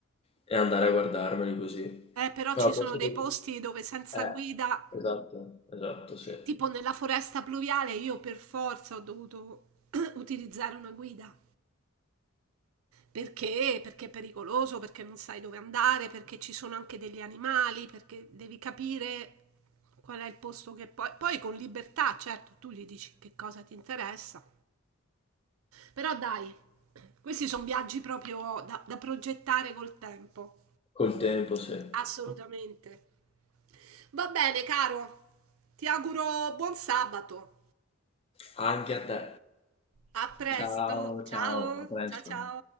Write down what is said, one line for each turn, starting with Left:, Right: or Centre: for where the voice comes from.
Left: e, andare a guardarmeli così.
Right: Eh, però
Left: Però
Right: ci sono
Left: forse...
Right: dei
Left: de-
Right: posti dove senza
Left: Eh,
Right: guida
Left: esatto, esatto, sì.
Right: Tipo nella foresta pluviale io per forza ho dovuto <clears throat> <coughs> utilizzare una guida. Perché? Perché è pericoloso, perché non sai dove andare, perché ci sono anche degli animali, perché devi capire qual è il posto che poi... Poi con libertà, certo, tu gli dici che cosa ti interessa. Però dai, questi sono viaggi proprio da, da progettare col tempo.
Left: Col tempo, sì.
Right: Assolutamente. Va bene, caro. Ti auguro buon sabato.
Left: Anche a te.
Right: A presto.
Left: Ciao,
Right: Ciao.
Left: ciao, a presto.
Right: Ciao ciao.